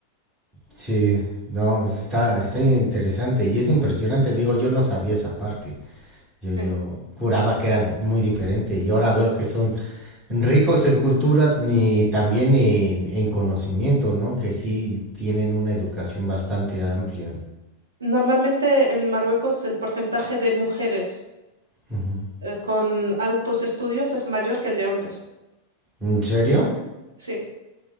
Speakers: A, on the right (about 20°); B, on the right (about 70°).
A: sí, no, pues está, está interesante y es impresionante. Digo, yo no sabía esa parte. Yo,
B: Sí.
A: yo juraba que era muy diferente y ahora veo que son ricos en cultura y también en, en conocimiento, ¿no? Que sí tienen una educación bastante amplia.
B: Normalmente en Marruecos el porcentaje de mujeres
A: Ujú.
B: eh, con altos estudios es mayor que el de hombres.
A: ¿En serio?
B: Sí.